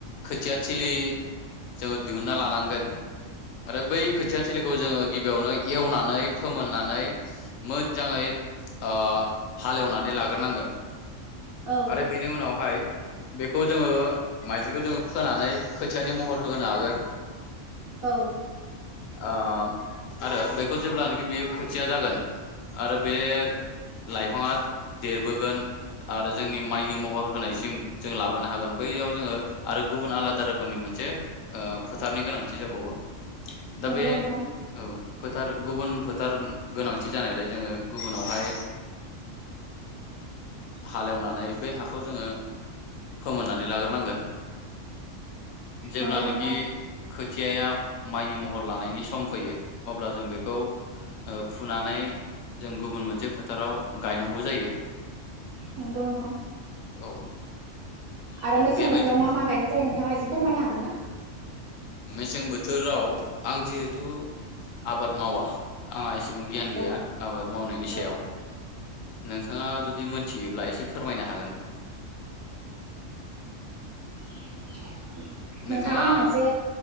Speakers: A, on the left; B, on the right.
A: खोथिया थिलि जोङो दिहुनन्ना लानांगोन आरो बै खोथिया थिलिखौ जोङो गिबियावनो एवनानै फोमोननानै मोजाङै ओ हालेवनानै लाग्रोनांगोन।
B: औ
A: आरो बेनि उनावहाय बेखौ जोङो माइज्लिखौ जोङो फोनानै खोथियानि महर होनो हागोन।
B: औ
A: आ आरो बेखौ जेब्लानोखि बियो खोथिया जागोन आरो बे लाइफ फाङा देरबोगोन आरो जोंनि माइनि महर होनायसिम जों लाबोनो हागोन बैयाव जोङो आरो गुबुन आलादा रोखोमनि मोनसे ओ फोथारनि गोनांथि जाबावो। दा
B: नंगौ
A: बे
B: नोंथां
A: औ फोथार गुबुन फोथार गोनांथि जानायलाय जोङो गुबुनावहाय हालेवनानै बै हाखौ जोङो फोमोननानै लाग्रोनांगोन। जेब्लानाखि
B: नंगौ नोंथां
A: खोथियाया माइनि महर लानायनि सम फैयो। अब्ला जों बेखौ फुनानै जों गुबुन मोनसे फोथाराव गायनांगौ जायो।
B: नंगौ नोंथां
A: औ
B: आरो मेसें
A: बेबायदि
B: बोथोराव मा मा गायनाय जायो नोंथाङा एसे फोरमायनो हागोन ना?
A: मेसें बोथोराव आं जिहेथु आबाद मावा आंहा एसे एसेबां गियान गैया
B: औ
A: आबाद मावनायनि सायाव
B: औ
A: नोंथाङा जुदि जदि मोनथियोब्ला एसे फोरमायनो हागोन।
B: <inaudible> नोंथांनाव‌
A: नोंथाङा
B: आं मोनसे